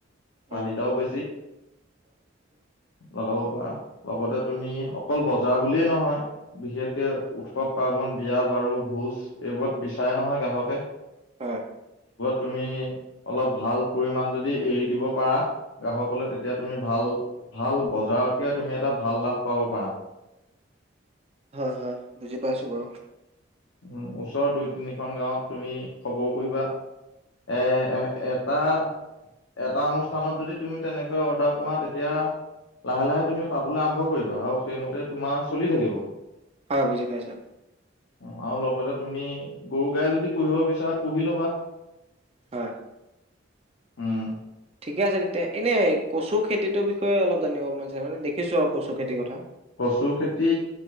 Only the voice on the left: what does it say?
চাহিদাও বেছি, লগাব লগতে তুমি অকল বজাৰ বুলিয়েই নহয়, বিশেষকে উৎসৱ পাৰ্বন বিয়া বাৰু ভোজ এইবোৰত বিচাৰে নহয় গ্ৰাহকে।
তুমি অলপ ভাল পৰিমাণ যদি এৰি দিব পাৰা, গ্ৰাহকলে তেতিয়া তুমি ভাল-ভাল বজাৰতকে তুমি এটা ভাল লাভ পাব পাৰা।
উ ওচৰৰ দুই তিনিখন গাঁৱত তুমি খবৰ কৰিবা এ-এ এটা-এটা অনুষ্ঠ স্থানত যদি তুমি তেনেকৈ অৰ্ডাৰ পোৱা তেতিয়া লাহে-লাহে তুমি পাবলৈ আৰম্ভ কৰিবা, আৰু সেইমতে তোমাৰ চলি থাকিব।
উম আৰু লগতে তুমি গৰু গাই যদি পুহিব বিচাৰা পুহি লবা।
উম
কচু খেতি